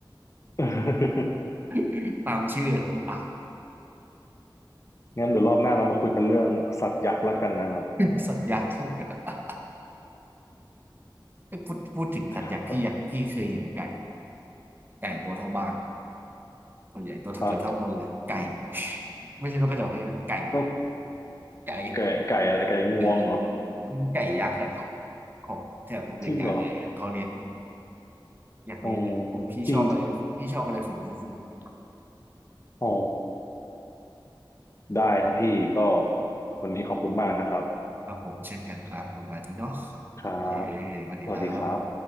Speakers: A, on the left; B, on the right.
A: <laughs>
B: <laughs> ตามชื่อเลยองอ่าง
A: งั้นเดี๋ยวรอบหน้าเรามาคุยกันเรื่องสัตว์ยักษ์แล้วกันนะครับ
B: <laughs> สัตว์ยักษ์ <laughs> คือพูดพูดถึงสัตว์ยักษ์พี่อยากพี่เคยเห็นไก่
A: <laughs>
B: ไก่ตัวเท่าบ้าน ตัวใหญ่ตัวเกือบเท่าคนเลยไก่
A: ฮะ
B: <laughs> ไม่ใช่นกกระจอกนี่นะไก่
A: นก
B: ไก่
A: ไก่ไก่อะไรไก่งวงเหรอ
B: <laughs> มันไก่ยักษ์อะของของแถบอเมริกาเนี่ยเห็นเขาเลี้ยง
A: จริงเหรอ
B: อยากเลี้ยงเลยผมพี่ชอบอะไรพี่ชอบอะไรฝุ่นฟุ้งๆ
A: อ๋อจริง อ๋อ ได้ครับพี่ ก็วันนี้ขอบคุณมากนะครับ
B: ครับผมเช่นกันครับประมาณนี้เนาะ
A: ครับ
B: โอเคสวัสดีครับ
A: สวัสดีครับ